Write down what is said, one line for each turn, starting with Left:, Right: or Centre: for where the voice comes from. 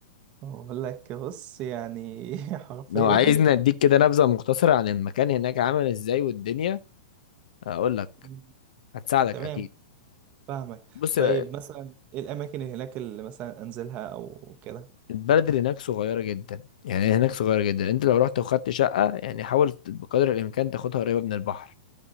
Right: أقول لك بص يعني <laughs> حرفيا
Left: لو عايزني اديك كده نبذة مختصرة عن المكان هناك عامل ازاي والدنيا اقول لك
Right: مم.
Left: هتساعدك
Right: تمام
Left: اكيد
Right: فاهمك
Left: بص
Right: طيب
Left: بقى،
Right: مثلا إيه الأماكن اللي هناك اللي مثلا أنزلها أو كده
Left: البلد اللي هناك صغيرة جدا يعني هناك صغيرة جدا انت لو رحت وخدت شقة يعني حاول بقدر الامكان تاخدها قريبة من البحر